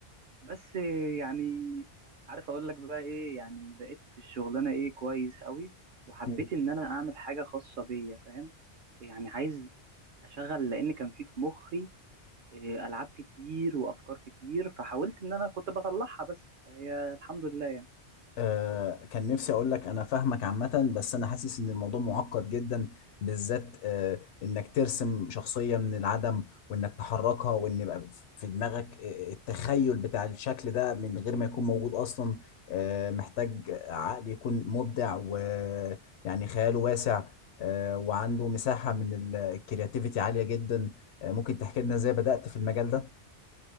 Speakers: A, on the right; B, on the left.
A: بس يعني عارف اقول لك بقى ايه يعني بقيت في الشغلانة ايه كويس قوي وحبيت
B: مم.
A: ان انا اعمل حاجة خاصة بيا فاهم يعني عايز اشغل لان كان في في مخي إيه، العاب كتير وافكار كتير فحاولت ان انا كنت بطلعها بس هي الحمد لله يعني
B: آه، كان نفسي اقول لك انا فاهمك عامة بس انا حاسس ان الموضوع معقد جدا بالذات آه، انك ترسم شخصية من العدم وانك تحركها وان يبقى في دماغك آه، التخيل بتاع الشكل ده من غير ما يكون موجود اصلا آه، محتاج عقل يكون مبدع ويعني خياله واسع آه، وعنده مساحة من الكرياتيفيتي عالية جدا آه، ممكن تحكي لنا ازاي بدأت في المجال ده؟